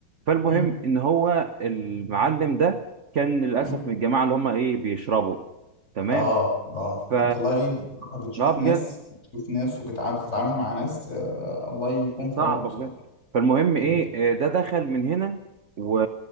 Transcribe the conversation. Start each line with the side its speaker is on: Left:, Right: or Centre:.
Right: فالمهم
Left: م-
Right: ان هو المعلم ده كان للاسف
Left: م.
Right: من الجماعه اللي هم ايه بيشربوا تمام
Left: اه اه
Right: ف
Left: الله يعينك بصراحة بتشوف
Right: اه بجد
Left: ناس بتشوف ناس وبتعامل بتتعامل مع ناس آه الله يكون في
Right: صعبه
Left: عونك بصراحة
Right: بجد فالمهم ايه
Left: مم.
Right: آه، ده دخل من هنا و...